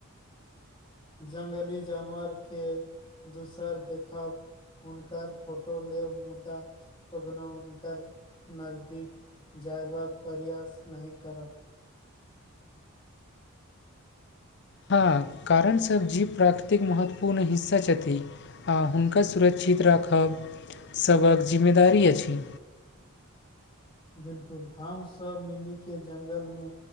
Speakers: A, on the left; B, on the left.
A: ज्ंगली जानवर के दूसर देखब हुनकर फोटो लेब मुदा कखनो हुनकर नजदीक जयबाक प्रयास नहि करब
B: हँ कारण सब जी प्राकृतिक महत्वपूर्ण हिस्सा छथि आ हुनका सुरक्षित राखब सभक जिम्मेदारी अछि
A: बिलकुल हम सब मिली के जंगल मे